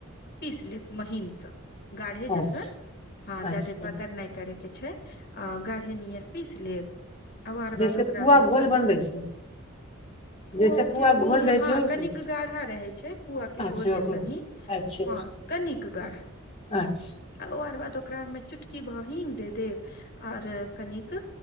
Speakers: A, on the left; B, on the left.
A: पीस लेब महीसँ गाढ़े जैसन
B: अच्छा
A: हँ
B: अच्छा
A: जदे पातर नइ करयके छै अ गाढ़े नियर पीस लेब आ ओकर
B: जैसे
A: बाद ओकरामे
B: पुआ घोल
A: कनि
B: बनबै छै
A: पुआ
B: जैसे
A: के घोल
B: रहै छै
A: हँ
B: ओहिसे
A: कनिक गाढ़ा रहे छै पुआ के घोल
B: अच्छा
A: जैसन
B: ओकरो
A: ही
B: अच्छा अच्छा
A: हँ कनिक गाढ़
B: अच्छा
A: आ ओर बाद ओकरामे चुटकी भ हींग दे देब आर कनिक